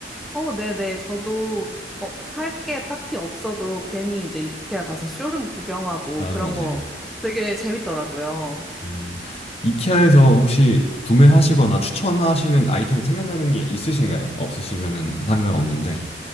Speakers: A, in the centre; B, on the left (about 35°).
A: 어, 네네. 저도 뭐 살 게 딱히 없어도 괜히 이제 이케아 가서 쇼룸 구경하고
B: 아,
A: 그런
B: 맞아요.
A: 거 되게 재밌더라고요.
B: 음, 이케아에서 혹시 구매하시거나 추천하시는 아이템이 생각나는 게 있으신가요? 없으시면 상관없는데.